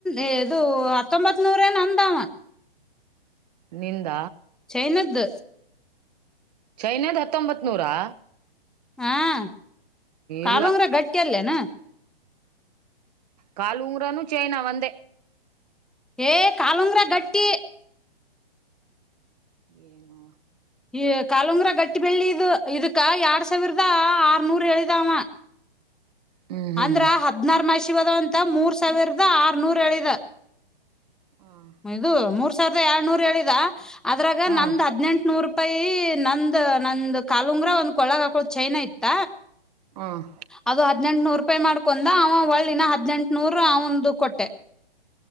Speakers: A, in the centre; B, on the right.
A: ಇದು ಹ ಹತ್ತೊಂಬತ್ ನೂರ ಅಂದಾಮ
B: ನಿಂದ
A: ಚೈನದ್
B: ಚೈನದ್ ಹತ್ತೊಂಬತ್ ನೂರಾ
A: ಹ್ಮ ಕಾಲುಂಗುರ
B: ಇಲ್ಲ
A: ಗಟ್ಟಿಯಲ್ಲೇನ್
B: ಕಾಲು ಊಂಗರಾನು ಚೈನಾ ವಂದೆ
A: ಏ ಕಾಲಂಗ್ರ ಗಟ್ಟಿ
B: ಏನು
A: ಈ ಕಾಾಲಂಗ್ರ ಗಟ್ಟಿ ಬೆಳ್ಳಿ ಇದು ಇದಕ್ಕ ಎರ್ಡ್ ಸಾವಿರದ ಆರ್ನೂರ್ ಹೇಳಿದ ಆವ
B: ಹ್ಮ್ ಹ್ಮ್
A: ಅಂದ್ರ ಹದ್ನಾರ ಮಷ <unintelligible> ಮೂರ್ ಸಾವಿರದ ಆರ್ನೂರೇಳಿದ
B: ಹ್ಮ್
A: ಇದು ಮೂರ್ <unintelligible> ಏಳ್ನೂರ್ ಹೇಳಿದ ಅದ್ರಾಗ
B: ಹ್ಮ್
A: ನಮ್ದು ಹದ್ನೆನ್ಟು <unintelligible> ಪ್ಪೈ ನಂದ ನಂದ್ ಕಾಲುಂಗ್ರ ಒಂದ್ ಕೊಳಗ ಹಾಕಳದ ಚೈನಾ ಇತ್ತ
B: ಹ್ಮ್
A: ಅದು ಹದ್ನೆಂಟನೂರು ಪೇ ಮಾಡ್ಕೊಂಡ ಅವ ಒಳ್ಳಿನ ಹದ್ನೆಂಟುನೂರು ಅವಂದು ಕೊಟ್ಟೆ